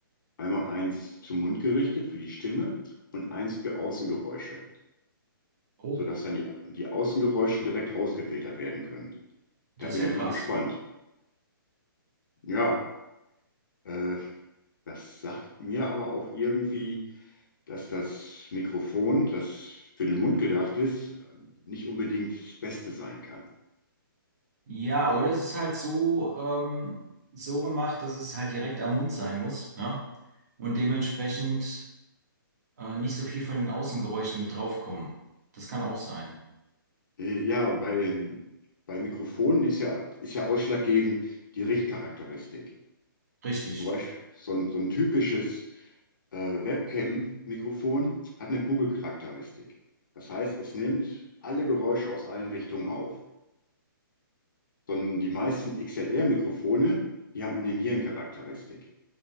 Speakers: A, on the left; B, on the right.
A: Einmal eins zum Mund gerichtet für die Stimme und eins für Außengeräusche,
B: oh,
A: sodass dann die, die Außengeräusche direkt rausgefiltert werden können.
B: das
A: Da bin
B: ist ja
A: ich
B: krass.
A: mal gespannt. Ja, äh, das sagt mir aber auch irgendwie, dass das Mikrofon, das für den Mund gedacht ist, nicht unbedingt das Beste sein kann.
B: Ja, oder es ist halt so, ähm, so gemacht, dass es halt direkt am Mund sein muss, ne? Und dementsprechend äh, nicht so viel von den Außengeräuschen mit draufkommen. Das kann auch sein.
A: Äh, ja, bei, den- bei Mikrofonen ist ja, ist ja ausschlaggebend die Richtcharakteristik.
B: Richtig.
A: Zum Beispiel so ein, so ein typisches äh, Webcam-Mikrofon hat eine Kugelcharakteristik. Das heißt, es nimmt alle Geräusche aus allen Richtungen auf. Sondern die meisten XLR-Mikrofone, die haben eine Nierencharakteristik.